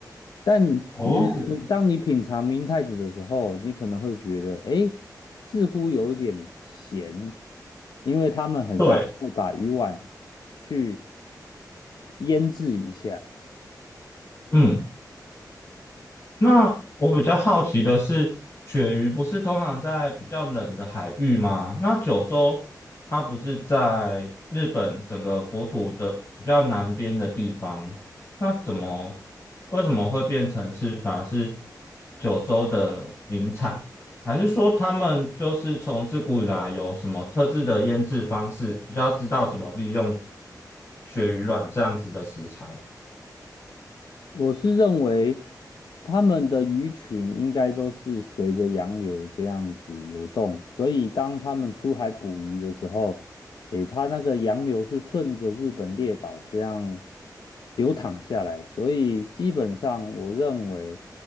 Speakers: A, on the left; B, on the left.
A: 但你当你品尝明太子的时候，
B: 哦，
A: 你可能会觉得，哎，似乎有一点咸，因为他们很像会把鱼丸
B: 对，
A: 去腌制一下。
B: 嗯。那我比较好奇的是，鳕鱼不是通常在比较冷的海域吗？那九州它不是在日本整个国土的比较南边的地方，那怎么为什么会变成是反而是九州的名产？还是说他们就是从自古以来有什么特制的腌制方式，比较知道怎么利用鳕鱼卵这样子的食材？
A: 我是认为他们的鱼群应该都是随着洋流这样子游动，所以当他们出海捕鱼的时候，诶，它那个洋流是顺着日本列岛这样流淌下来，所以基本上我认为